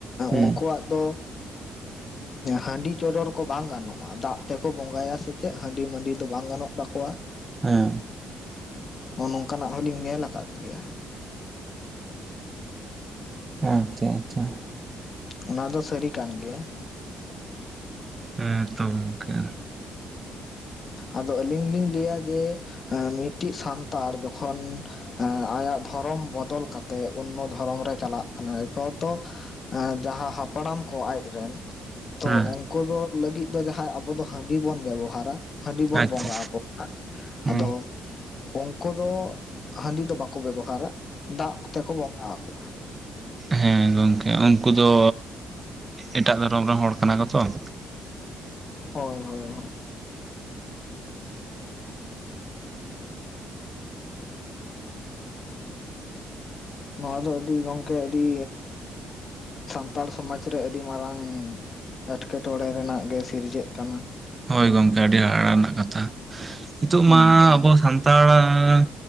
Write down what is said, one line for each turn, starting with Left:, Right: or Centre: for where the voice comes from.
Right: ᱦᱩᱸ
Left: ᱩᱱᱠᱩᱣᱟᱜ ᱫᱚ ᱦᱟᱺᱰᱤ ᱪᱚᱰᱚᱨ ᱠᱚ ᱵᱟᱝ ᱜᱟᱱᱚᱜᱼᱟ ᱫᱟᱜ ᱛᱮᱠᱚ ᱵᱚᱸᱜᱟᱭᱟ ᱥᱮ ᱪᱮᱫ ᱦᱟᱺᱰᱤ ᱢᱟᱹᱰᱤ ᱫᱚ ᱵᱟᱝ ᱜᱟᱱᱚᱜ ᱠᱚᱣᱟᱜ
Right: ᱦᱩᱸ
Left: ᱱᱚᱝᱠᱟᱱᱟᱜ ᱦᱚᱞᱤᱧ ᱧᱮᱞ ᱟᱠᱟᱫ ᱜᱮᱭᱟ ᱾
Right: <unintelligible>
Left: ᱚᱱᱟ ᱫᱚ ᱥᱟᱹᱨᱤ ᱠᱟᱱ ᱜᱮᱭᱟ ᱾
Right: ᱦᱮᱸᱛᱚᱢ ᱜᱚᱝᱠᱮ
Left: ᱟᱫᱚ ᱟᱹᱞᱤᱧ ᱞᱤᱧ ᱞᱟᱹᱭᱟ ᱡᱮ ᱢᱤᱴᱤᱡ ᱥᱟᱱᱛᱟᱲ ᱡᱚᱠᱷᱚᱱ ᱟᱭᱟᱜ ᱫᱷᱚᱨᱚᱢ ᱵᱚᱫᱚᱞ ᱠᱟᱛᱮ ᱛᱮ ᱚᱱᱱᱚ ᱫᱷᱚᱨᱚᱢ ᱨᱮ ᱪᱟᱞᱟᱜ ᱠᱟᱱᱟᱭ ᱠᱚ ᱛᱚ ᱡᱟᱦᱟᱸ ᱦᱟᱯᱲᱟᱢ ᱠᱚ ᱟᱡᱨᱮ ᱨᱮᱱ ᱛᱚ
Right: ᱦᱮᱸ
Left: ᱩᱱᱠᱩ ᱫᱚ ᱞᱟᱹᱜᱤᱫ ᱫᱚ ᱡᱟᱦᱟᱸᱭ ᱟᱵᱚ ᱫᱚ ᱦᱟᱺᱰᱤ ᱵᱚᱱ ᱵᱮᱵᱚᱦᱟᱨᱟ ᱦᱟᱺᱰᱤ ᱵᱚᱱ
Right: ᱟᱪᱪᱷᱟ
Left: ᱵᱚᱸᱜᱟ ᱟᱠᱚ
Right: ᱦᱮᱸ
Left: ᱟᱫᱚ ᱩᱱᱠᱩ ᱫᱚ ᱦᱟᱺᱰᱤ ᱫᱚ ᱵᱟᱠᱚ ᱵᱮᱵᱚᱦᱟᱨᱟ ᱫᱟᱜ ᱛᱮᱠᱚ ᱵᱚᱸᱜᱟ ᱟᱠᱚᱣᱟ ᱾
Right: ᱦᱮᱸ ᱜᱚᱢᱠᱮ ᱩᱱᱠᱩ ᱫᱚ ᱮᱴᱟᱜ ᱫᱷᱚᱨᱚᱢ ᱨᱮᱱ ᱦᱚᱲ ᱠᱟᱱᱟ ᱠᱚᱛᱚ ᱾
Left: ᱦᱳᱭ ᱦᱳᱭ ᱱᱚᱣᱟ ᱫᱚ ᱟᱹᱰᱤ ᱜᱚᱝᱠᱮ ᱟᱹᱰᱤ ᱥᱟᱱᱛᱟᱲ ᱥᱚᱢᱟᱡᱽ ᱨᱮ ᱟᱹᱰᱤ ᱢᱟᱨᱟᱝ ᱮᱴᱠᱮᱴᱚᱬᱮ ᱨᱮᱱᱟᱜ ᱜᱮ ᱥᱤᱨᱡᱟᱹᱜ ᱠᱟᱱᱟ ᱾
Right: ᱦᱳᱭ ᱜᱚᱢᱠᱮ ᱟᱹᱰᱤ ᱦᱟᱦᱟᱲᱟᱜ ᱨᱮᱱᱟᱜ ᱠᱟᱛᱷᱟ ᱱᱤᱛᱚᱜ
Left: ᱦᱩᱸ
Right: ᱢᱟ ᱟᱵᱚ ᱥᱟᱱ ᱛᱟᱲᱟᱝ